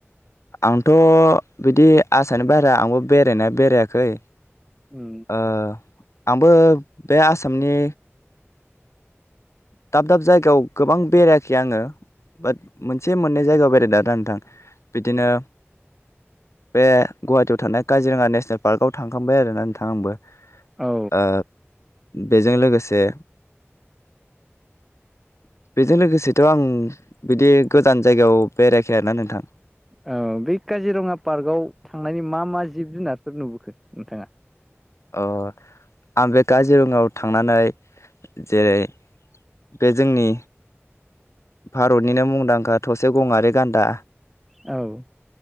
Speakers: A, on the left; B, in the centre.
A: आंथ' बिदि आसानि बाहेरा आंबो बेरायनाया बेरायाखै
B: उम
A: ओ आंबो बे आसामनि दाब दाब जायगायाव गोबां बेरायाखै आङो बाट मोनसे मोननै जायगायाव बेराय द दा नोंथां बिदिनो बे गुवाहाटियाव थानाय काजिरङा नेसनेल पार्कआव थांखांबाय आरोना नोंथां आंबो
B: औ
A: ओ बेजों लोगोसे <inaudible> बेजों लोगोसेथ' आं बिदि गोजान जायगायाव बेरायखाया ना नोंथां
B: औ बे काजिरङा पार्कआव थांनायनि मा मा जिब जुनारफोर नुबोखो नोंथाङा
A: अ आं बे काजिरङायाव थांनानै जेरै बे जोंनि भारतनिनो मुंदांखा थसे गङारि गान्दा
B: औ